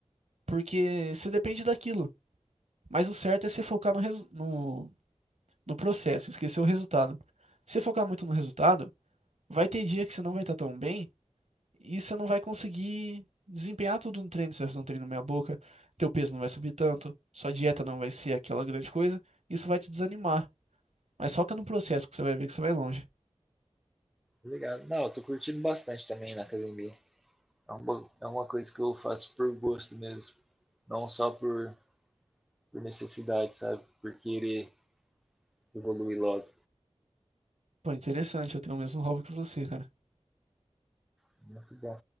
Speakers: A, on the right (about 80°); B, in the centre.
A: porque você depende daquilo. Mas o certo é você focar no, resu- no, no processo, esquecer o resultado. Se você focar muito no resultado, vai ter dia que você não vai estar tão bem e você não vai conseguir desempenhar tudo no treino. Você vai fazer um treino meia boca, teu peso não vai subir tanto, sua dieta não vai ser aquela grande coisa. Isso vai te desanimar. Mas foca no processo que você vai ver que você vai longe.
B: Obrigado. Não, eu tô curtindo bastante também na academia. É uma, é uma coisa que eu faço por gosto mesmo. Não só por, por necessidade, sabe? Por querer evoluir logo.
A: Pô, interessante, eu tenho o mesmo hobby que você, cara.
B: Muito bom.